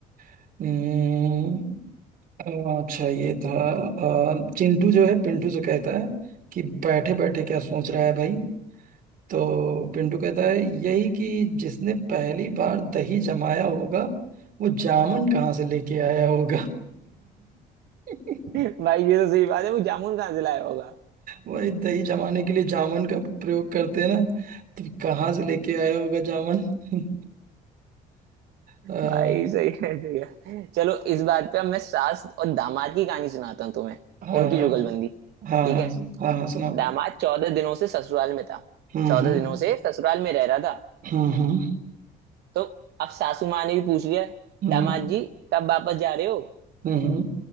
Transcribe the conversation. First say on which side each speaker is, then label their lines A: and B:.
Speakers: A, on the right (about 55°); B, on the right (about 75°).
A: हम्म, अच्छा ये था अ, चिंटू जो है पिंटू से कहता है कि बैठे बैठे क्या सोच रहा है भाई तो पिंटू कहता है यही कि जिसने पहली बार दही जमाया होगा वो जामन कहाँ से लेके आया होगा <laughs>
B: <laughs> भाई ये तो सही बात है वो जामुन कहाँ से लाया होगा
A: वही दही जमाने के लिए जामन का प्रयोग करते हैं ना तो कहाँ से लेके आया होगा जामन <laughs> अ,
B: भाई सही है सही है चलो इस बात पे अब मैं सास और दामाद की कहानी सुनाता हूँ तुम्हें
A: हाँ
B: उनकी जुगलबंदी
A: हाँ
B: ठीक
A: हाँ
B: है
A: सु- हाँ हाँ सुनाओ
B: दामाद चौदह दिनों से ससुराल में था
A: हम्म
B: चौदह
A: हम्म
B: दिनों से ससुराल में रह रहा था
A: हम्म
B: तो अब सासू माँ ने भी पूछ लिया
A: हम्म
B: दामाद जी कब वापस जा रहे हो
A: हम्म हम्म